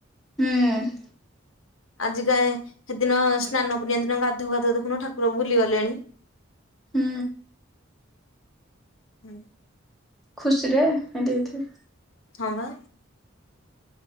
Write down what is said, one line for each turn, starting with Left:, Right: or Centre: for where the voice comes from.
Centre: ହୁଁ ଉଁ।
Left: ଆଜିକା ସେଦିନ ସ୍ନାନ ପୂର୍ଣ୍ଣିମା ଦିନ ଗାଧଉ ଗାଧଉ ଦେଖୁନ ଠାକୁର ବୁଲି ଗଲେଣି।
Centre: ହୁଁ।
Left: ହୁଁ।
Centre: ଖୁସିରେ ଏନ୍ତି ହେଇଥିବେ।
Left: ହଁ ବା